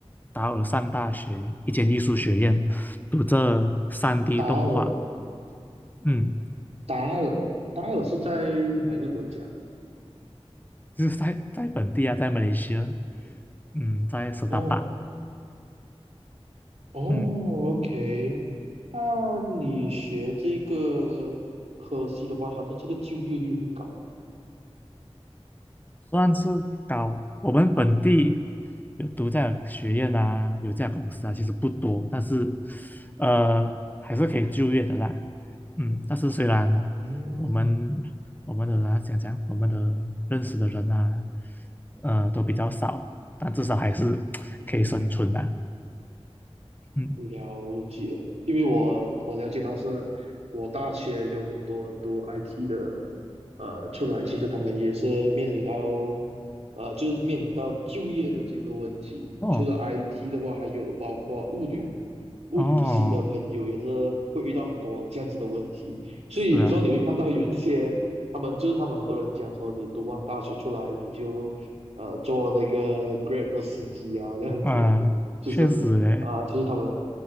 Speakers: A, on the left; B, on the right.
A: 达尔上大学一间艺术学院，读着三 d
B: 达尔，
A: 动画。嗯，
B: 达尔，达尔是在哪一个国家？
A: 就是在在本地啊，在马来西亚，嗯，在斯达达。
B: 哦，哦，OK，
A: 嗯，
B: 那你学这个科系的话，它的这个就业率会高。
A: 算是高。我们本地有独这样的学院啊，有这样的公司啊，其实不多，
B: 嗯
A: 但是呃还是可以就业的啦。嗯，但是虽然
B: 嗯
A: 我们我们的啊讲讲我们的认识的人呐，呃都比较少，
B: 嗯，
A: 但至少还是可以生存的。
B: 嗯，
A: 嗯，
B: 了解，因为我我了解到是，我大学有很多读 IT 的，呃，出来其实他们也是面临到，呃，就是面临到就业的这个问题。
A: 哦
B: 除了 IT 的话，还有包括物流，物流系的朋友也是会遇到很多这样子的问题。
A: 哦，
B: 所以有时候你会看到有一些他们就是他们很多人讲说，
A: 是啊，
B: 你读完大学出来你就呃做那个 Grab 的司机啊这样子。
A: 啊、
B: 就是
A: 确实诶，
B: 啊、就是他们